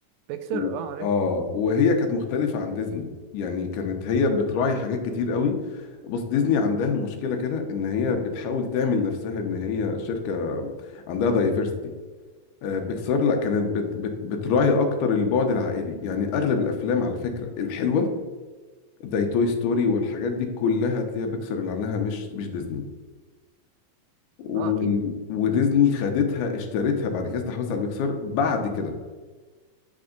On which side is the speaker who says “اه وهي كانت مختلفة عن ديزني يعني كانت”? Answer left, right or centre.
Left